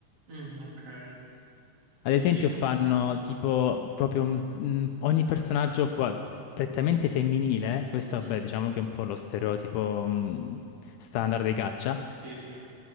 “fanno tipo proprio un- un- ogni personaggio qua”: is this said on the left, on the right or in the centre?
Left